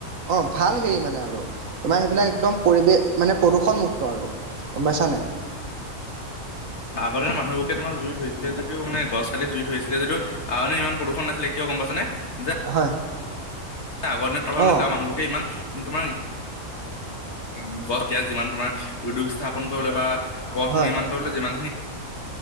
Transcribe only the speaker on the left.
আগৰ দিনৰ মানুহবোৰকে তোমাৰ জুই ধৰিছিলে যদিটো মানে গছ কালি জুই ধৰিছিলে যদিও, আগতে ইমান প্ৰদূষণ নাছিলে কিয় গম পাইছেনে যে।
আগৰ দিনত প্ৰভাৱ
নাছিলে আও মানুহবোৰকে ইমান তোমাৰ গ গছ ইয়াক যিমান তোমাৰ উদ্যোগ স্থাপন কৰিবলৈ বা পথ
নিৰ্মাণ কৰিবলৈ যিমানখিনি।